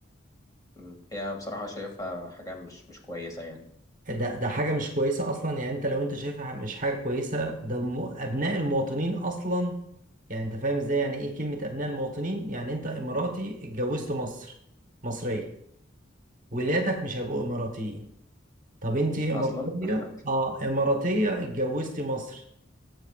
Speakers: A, on the left; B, on the right.
A: مم. هي بصراحة شايفها حاجة مش مش كويسة يعني
B: ده ده حاجة مش كويسة أصلا يعني أنت لو أنت شايفها مش حاجة كويسة ده الم... أبناء المواطنين أصلا يعني أنت فاهم إزاي يعني إيه كلمة أبناء المواطنين يعني أنت إماراتي اتجوزت مصر مصرية ولادك مش هيبقوا إماراتيين طب أنت إماراتية
A: أصلا <laughs>
B: أه إماراتية اتجوزتي مصري